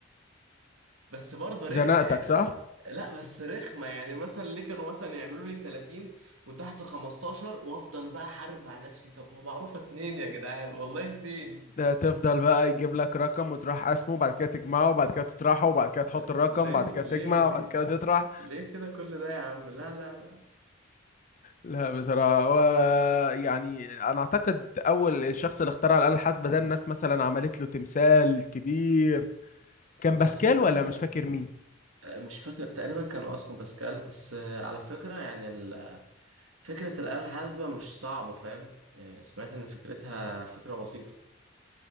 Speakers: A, on the right (about 90°); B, on the left (about 40°).
A: بس برضه رخمه
B: زنقتك
A: يعني
B: صح؟
A: لا بس رخمه يعني مثلا ليه كانوا مثلا يعملوا لي 30 وتحت 15 وافضل بقى احارب مع نفسي طب هو معروفه اتنين يا جدعان والله اتنين
B: ده تفضل بقى يجيب لك رقم وتروح قسمه وبعد كده تجمعه وبعد كده تطرحه وبعد كده
A: ده-
B: تحط الرقم
A: ليه
B: وبعد كده
A: ليه
B: تجمع
A: ليه
B: وبعد كده تطرح
A: ليه كده كل ده يا عم لا لا لا
B: لا بصراحة هو يعني أنا أعتقد أول الشخص اللي اخترع الآلة الحاسبة ده الناس مثلا عملت له تمثال كبير كان
A: على
B: باسكال
A: فكرة
B: ولا مش فاكر مين
A: آه، مش فاكر تقريبا كان آه اسمه باسكال بس آه، على فكرة يعني ال- فكرة الآلة الحاسبة مش صعبة فاهم آه، سمعت إن فكرتها فكرة بسيطة